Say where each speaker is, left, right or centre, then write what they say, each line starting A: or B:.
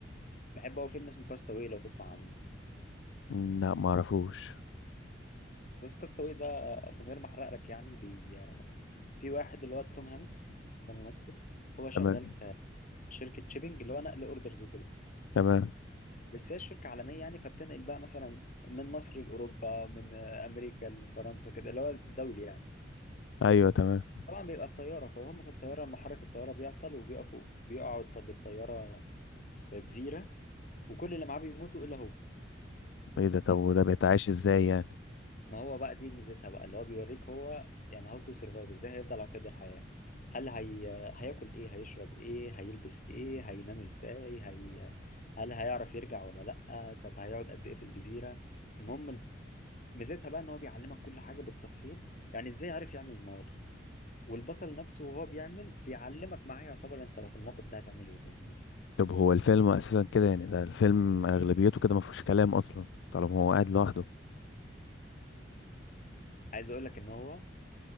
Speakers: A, on the left; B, on the left.
A: بحب قوي فيلم اسمه كاستاوي لو تسمع عنه
B: مم، لا معرفوش
A: بص كاستاوي ده من غير ما احرق لك يعني بي... في واحد اللي هو توم هانكس ده ممثل هو شغال
B: تمام
A: في شركة شيبنج اللي هو نقل اوردرز وكده
B: تمام
A: بس هي الشركة عالمية يعني فبتنقل بقى مثلا من مصر لأوروبا من أمريكا لفرنسا كده اللي هو دولي يعني
B: ايوه تمام
A: طبعا بيبقى بطيارة فهم في الطيارة محرك الطيارة بيعطل وبيقفوا بيقعوا الط- بالطيارة في جزيرة وكل اللي معاه بيموتوا إلا هو
B: ايه ده طب وده بيتعاش ازاي يعني
A: ما هو بقى دي ميزتها بقى اللي هو بيوريك هو يعني هاو تو سرفايف ازاي هيفضل على قيد الحياة هل هي... هياكل ايه هيشرب ايه هيلبس ايه هينام ازاي هي... هل هيعرف يرجع ولا لأ طب هيقعد قد ايه في الجزيرة المهم ميزتها بقى ان هو بيعلمك كل حاجة بالتفصيل يعني ازاي عرف يعمل نار والبطل نفسه وهو بيعمل بيعلمك معاه يعتبر انت لو في الموقف ده هتعمل ايه فاهمني
B: طب هو الفيلم اساسا كده يعني ده الفيلم اغلبيته كده ما فيهوش كلام اصلا طالما هو قاعد لوحده
A: عايز اقول لك ان هو